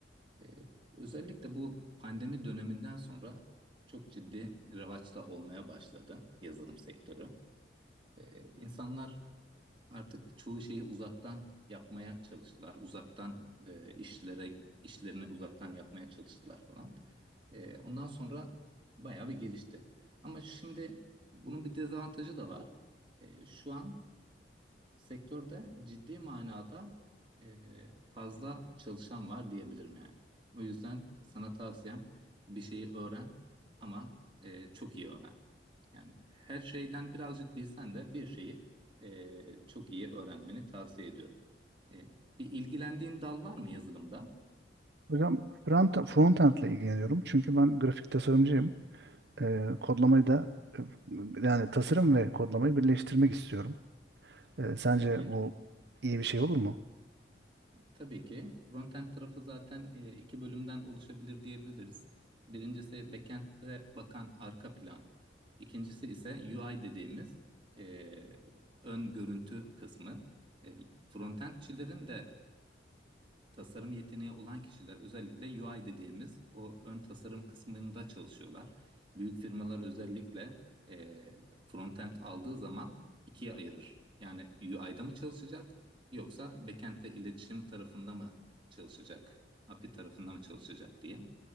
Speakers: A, on the right; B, on the right.
A: E, özellikle bu pandemi döneminden sonra çok ciddi revaçta olmaya başladı yazılım sektörü. E, insanlar Artık çoğu şeyi uzaktan yapmaya çalıştılar. Uzaktan e, işlere işlerini uzaktan yapmaya çalıştılar falan. E, ondan sonra bayağı bir gelişti. Ama şimdi bunun bir dezavantajı da var. E, şu an sektörde ciddi manada e, fazla çalışan var diyebilirim yani. O yüzden sana tavsiyem bir şeyi öğren ama e, çok iyi öğren. Yani her şeyden birazcık bilsen de bir şeyi e, çok iyi öğrenmeni tavsiye ediyorum. E, bir ilgilendiğin dal var mı yazılımda?
B: Hocam front, frontend ile ilgileniyorum. Çünkü ben grafik tasarımcıyım. Ee, kodlamayı da e, yani tasarım ve kodlamayı birleştirmek istiyorum. Ee, sence
A: Evet.
B: bu iyi bir şey olur mu?
A: Tabii ki frontend tarafı zaten e, iki bölümden oluşabilir diyebiliriz. Birincisi backend'e bakan arka plan. İkincisi ise UI dediğimiz e, ön görüntü kısmı. E, frontendçilerin de tasarım yeteneği olan kişiler özellikle UI dediğimiz o ön tasarım kısmında çalışıyorlar. Büyük firmalar özellikle e, frontend aldığı zaman ikiye ayırır. Yani UI'da mı çalışacak yoksa backend'le iletişim tarafında mı çalışacak, API tarafında mı çalışacak diye.